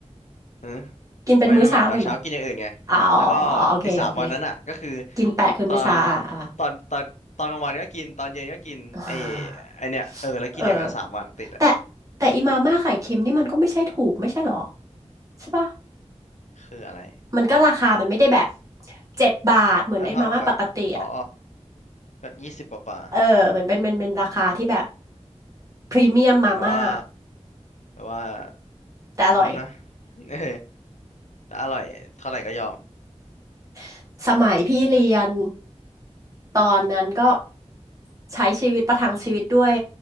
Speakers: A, on the left; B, on the right.
A: ฮะ
B: กินเป็นมื้อเช้าเลยเหรอ
A: ไม่ไม่ไม่ตอนเช้ากินอย่างอื่นไงแล้วก็ไอ้สามวันนั้นอ่ะก็คือ
B: อ๋อโอเคโอเคกินแปะคือมื้อเช้าอ่ะ
A: ตอนตอนตอนตอนกลางวันก็กินตอนเย็นก็กินไอ้
B: เอ
A: ไอเนี่ยเออแล้วกินอย่างนั้นสามวันติดอ่ะ
B: อแต่แต่อีมาม่าไข่เค็มนี่มันก็ไม่ใช่ถูกไม่ใช่หรอใช่ปะ
A: คืออะไร
B: มันก็ราคามันไม่ได้แบบเจ็ดบาทเหมือนไอ้มาม่าปกติอ่ะ
A: ถ้าเท่ากับอ๋อก็ยี่สิบกว่ากว่า
B: เออเหมือนเป็นเป็นเป็นราคาที่แบบพรีเมียมมาม่า
A: แต่ว่าแต่ว่า
B: แต่อร่อย
A: คุ้มนะ <laughs> เออแต่อร่อยเท่าไหร่ก็ยอม
B: <laughs> สมัยพี่เรียนตอนนั้นก็ใช้ชีวิตประทังชีวิตด้วย